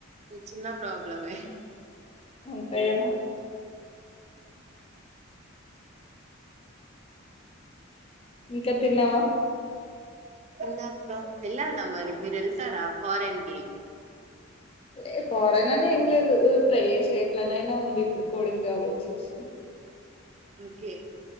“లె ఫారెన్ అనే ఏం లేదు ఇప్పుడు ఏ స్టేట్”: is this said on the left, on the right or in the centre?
Left